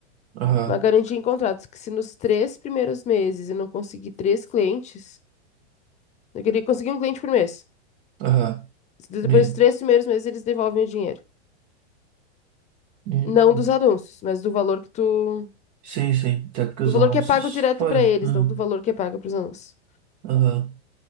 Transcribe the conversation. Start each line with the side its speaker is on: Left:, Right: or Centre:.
Right: aham,
Left: Uma garantia em contrato, que se nos três primeiros meses eu não conseguir três clientes, eu queria conseguir um cliente por mês.
Right: aham.
Left: Se Depois
Right: Me-
Left: dos três primeiros meses eles devolvem o dinheiro.
Right: Hum.
Left: Não dos anúncios, mas do valor que tu.
Right: Sim, sim, até porque
Left: Do
Right: os
Left: valor
Right: anúncios
Left: que é pago direto
Right: foi.
Left: pra eles,
Right: Hum.
Left: não do valor que é pago pros anúncios.
Right: Aham.